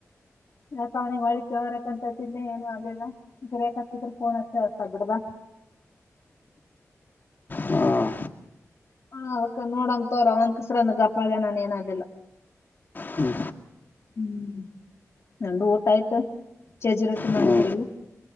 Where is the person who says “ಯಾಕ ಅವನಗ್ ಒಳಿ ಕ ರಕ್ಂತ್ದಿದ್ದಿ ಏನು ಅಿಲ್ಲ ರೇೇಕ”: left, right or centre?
Left